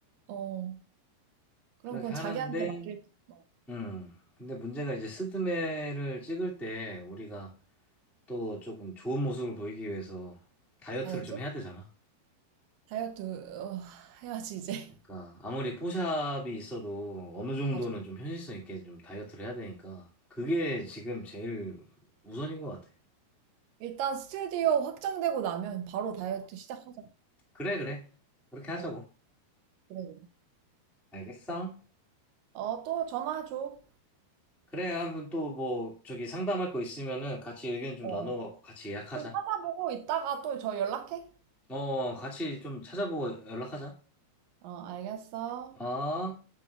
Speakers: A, on the right; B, in the centre.
A: 어, 그럼
B: 그렇게
A: 그건
B: 하는데,
A: 자기한테 음. 맡길게. 어,
B: 음. 근데 문제가 이제 스드메를 찍을 때 우리가 또 조금 좋은 모습을 보이기 위해서 다이어트를
A: 다이어트?
B: 좀 해야 되잖아.
A: 다이어트, 어, 해야지, 이제. <laughs>
B: 그러니까 아무리 포샵이 있어도 어느 정도는
A: 맞아.
B: 좀 현실성 있게 좀 다이어트를 해야 되니까 그게 지금 제일 우선인 것 같아.
A: 일단 스튜디오 확정되고 나면 바로 다이어트 시작하자.
B: 그래, 그래. 그렇게 하자고.
A: 어, 그래, 그래.
B: 알겠어?
A: 어, 또 전화 줘.
B: 그래, 한번 또 뭐 저기 상담할 거 있으면은 같이 의견 좀
A: 어,
B: 나눠갖고 같이 예약하자.
A: 또 찾아보고 이따가 또 저 연락해.
B: 어, 같이 좀 찾아보고 연락하자.
A: 어, 알겠어.
B: 어?